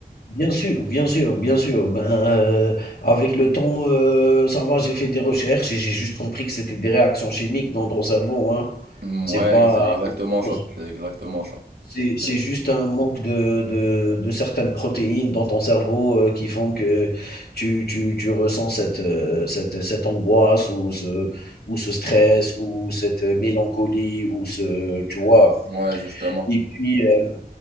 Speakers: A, on the left; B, on the right.
A: Bien sûr, bien sûr, bien sûr. Ben, heu, avec le temps, heu, ça va, j'ai fait des recherches et j'ai juste compris que c'était des réactions chimiques dans ton cerveau, hein.
B: Mm,
A: C'est
B: Ouais,
A: pas
B: c'est exactement
A: autre chose.
B: ça. C'est exactement ça.
A: C'est c'est
B: Et-
A: juste un manque de de de certaines protéines dans ton cerveau, heu, qui font que tu tu tu ressens cette, heu, cette cette angoisse ou ce ou ce stress ou cette mélancolie ou ce tu vois?
B: ouais, justement.
A: Et puis, heu